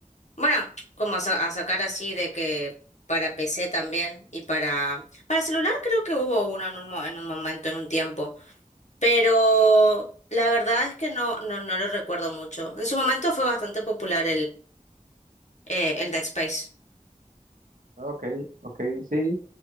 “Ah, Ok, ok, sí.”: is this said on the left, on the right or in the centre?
Right